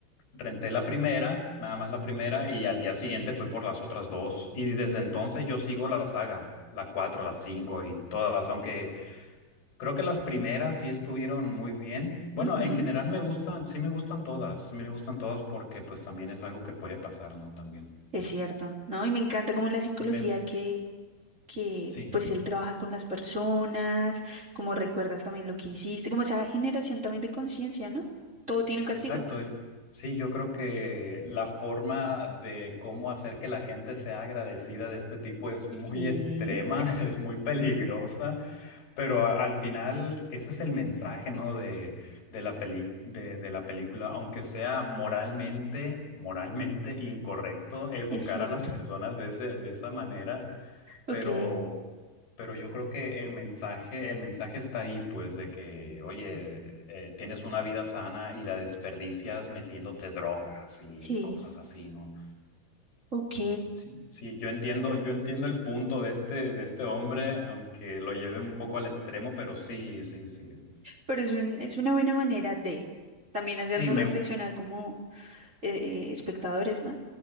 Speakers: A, on the left; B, on the right.
A: renté la primera, nada más la primera, y al día siguiente fui por las otras dos. Y desde entonces yo sigo la saga, la cuatro, la cinco y todas, aunque creo que las primeras sí estuvieron muy bien. Bueno,
B: Ujú.
A: en general me gustan, sí me gustan todas, sí me gustan todas porque pues también es algo que puede pasar, ¿no? También.
B: Es cierto, ¿no? Y me encanta como la psicología
A: Y me,
B: que, que
A: sí.
B: pues él trabaja con las personas, como recuerdas también lo que hiciste, como esa generación también de conciencia, ¿no? Todo tiene un castigo.
A: Exacto. y- Sí, yo creo que la forma de cómo hacer que la gente sea agradecida de este tipo es muy
B: Sí,
A: extrema, <laughs> es muy peligrosa, pero a- al final ese es el mensaje, ¿no? de, de la peli- de, de la película, aunque sea moralmente, moralmente incorrecto educar
B: es cierto.
A: a las personas de ese, de esa manera pero,
B: Ok,
A: pero yo creo que el mensaje, el mensaje está ahí, pues, de que, oye, eh, tienes una vida sana y la desperdicias metiéndote drogas y
B: sí,
A: cosas así, ¿no?
B: ok.
A: Sí, sí, yo entiendo, yo entiendo el punto de este, de este hombre, aunque lo lleve un poco al extremo, pero sí, sí, sí.
B: Pero es un, es una buena manera de también hacernos
A: Sí, me,
B: reflexionar como eh, eh, espectadores, ¿no?